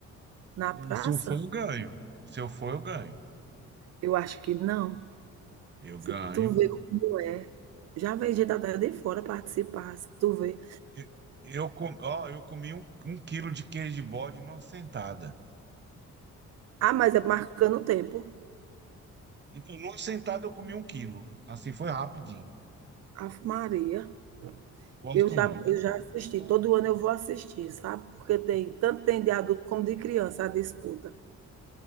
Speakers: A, on the right; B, on the right.
A: na
B: É,
A: praça.
B: Se eu for, eu ganho. Se eu for, eu ganho.
A: Eu acho que não.
B: Eu
A: Se
B: ganho.
A: tu vê como é. Já vem gente até de fora participar, se tu vê.
B: Eu, eu, com- ó, eu comi um, um quilo de queijo de bode numa sentada.
A: Ah, mas é marcando o tempo.
B: Então, numa sentada, eu comi um quilo. Assim, foi rapidinho.
A: Ave Maria.
B: Eu Gosto
A: Eu já,
B: muito.
A: eu já assisti. Todo ano eu vou assistir, sabe? Porque tem tanto tem de adulto como de criança a disputa.